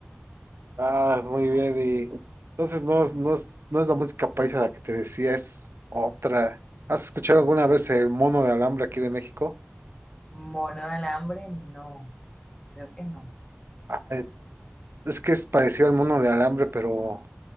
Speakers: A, on the right; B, on the left.
A: Ah, muy bien, y entonces no, es- no, es- no es la música paisa la que te decía, es otra. ¿Has escuchado alguna vez el mono de alambre aquí de México?
B: mono del hambre, no, creo que no.
A: Eh, Es que es parecido al mono de alambre, pero